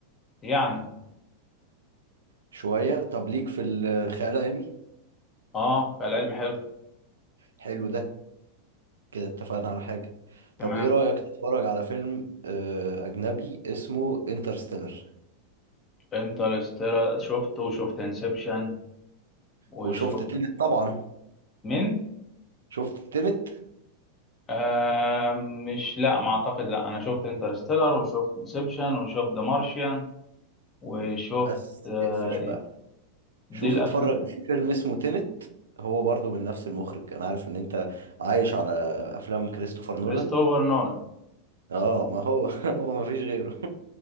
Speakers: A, on the left; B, on the right.
A: يعني
B: شوية طب ليك في الخيال العلمي
A: اه خيال علمي حلو
B: حلو ده كده اتفقنا على حاجة
A: تمام
B: طب ايه رأيك تتفرج على فيلم آه، اجنبي اسمه انترستيلر
A: انترستيلر شفته وشفت انسبشن وشفت
B: وشفت تنت طبعا
A: مين
B: شفت تنت
A: آه مش لا ما اعتقد لا انا شفت انترستيلر وشفت انسبشن وشفت ذا مارشيان وشفت
B: بس
A: آه
B: اقفش بقى
A: دي
B: شوف
A: الافلام
B: اتفرج في فيلم اسمه تينت هو برضو من نفس المخرج انا عارف ان انت عايش على افلام كريستوفر نولان
A: كريستوفر نولان
B: اه ما هو <laughs> هو ما فيش غيره